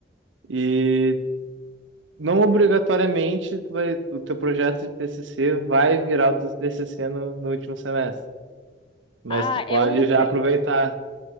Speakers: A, on the right (about 80°); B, on the left (about 25°).
A: E não obrigatoriamente tu vai, o teu projeto de TCC vai virar o teu TCC no, no último semestre, mas
B: Ah,
A: tu pode
B: é o
A: já aproveitar.